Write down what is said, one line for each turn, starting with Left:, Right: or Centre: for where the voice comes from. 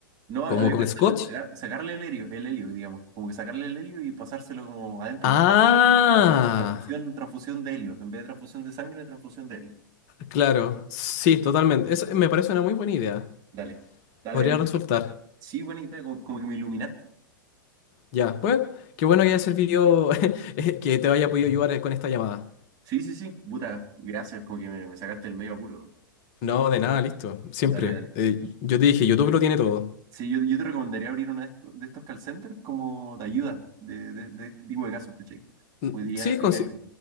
Right: No, había
Left: Como con
Right: pensado
Left: scotch.
Right: en sacar- sacarle el helio, el helio, digamos, como que sacarle el helio y pasárselo como adentro.
Left: Ah,
Right: Pasar transfusión, transfusión de helio. En vez de transfusión de sangre, transfusión de helio.
Left: claro, sí, totalmente. Eso me parece una muy buena idea.
Right: Dale, dale,
Left: Podría
Right: Eli.
Left: resultar.
Right: Sí, buena idea, como, como que me iluminaste.
Left: Ya, pues, qué bueno que haya servido, <laughs> que te haya podido ayudar eh, con esta llamada.
Right: Sí, sí, sí. Puta, gracias, como que me, me sacaste el medio apuro.
Left: No, de nada, listo, siempre.
Right: Dale, dale.
Left: Eh, yo te dije, YouTube lo tiene todo.
Right: Sí, yo, yo te recomendaría abrir uno de estos, de estos call centers como de ayuda de, de, de este tipo de casos, ¿cachai?
Left: Mm,
Right: Como diría,
Left: Sí,
Right: te
Left: consi-
Right: diría que-